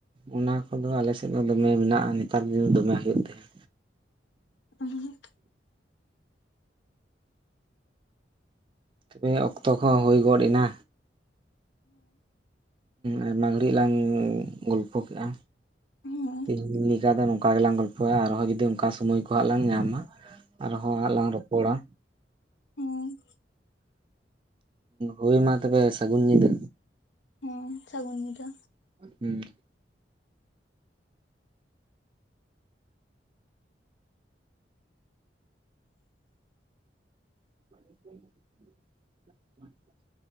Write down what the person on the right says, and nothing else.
ᱚᱱᱟ ᱠᱚᱫᱚ ᱟᱞᱮᱥᱮᱫ ᱫᱚ ᱫᱚᱢᱮ ᱢᱮᱱᱟᱜᱼᱟ ᱱᱮᱛᱟᱨ ᱫᱤᱱ ᱫᱚᱢᱮ ᱦᱩᱭᱩᱜ ᱛᱟᱦᱮᱫ
ᱛᱚᱵᱮ ᱚᱠᱛᱚ ᱠᱚᱦᱚᱸ ᱦᱩᱭ ᱜᱚᱫ ᱮᱱᱟ ᱟᱭᱢᱟ ᱜᱷᱟᱲᱤᱡ ᱞᱟᱝ ᱜᱚᱞᱯᱷᱚ ᱠᱮᱜᱼᱟ
ᱛᱮᱦᱤᱧ ᱞᱮᱠᱟ ᱫᱚ ᱱᱚᱝ ᱠᱟ ᱜᱮᱞᱟᱝ ᱜᱚᱞᱯᱚᱭᱟ ᱟᱨᱦᱚᱸ ᱡᱩᱫᱤ ᱚᱱᱠᱟ ᱥᱳᱢᱳᱭ ᱠᱚ ᱦᱟᱸᱜ ᱞᱟᱝ ᱧᱟᱢᱟ ᱟᱨᱦᱚᱸ ᱦᱟᱸᱜ ᱞᱟᱝ ᱨᱚᱯᱚᱲᱟ
ᱦᱳᱭ ᱢᱟ ᱛᱚᱵᱮ ᱥᱟᱹᱜᱩᱱ ᱧᱤᱫᱟᱹ
ᱦᱩᱸ᱾ <inaudible>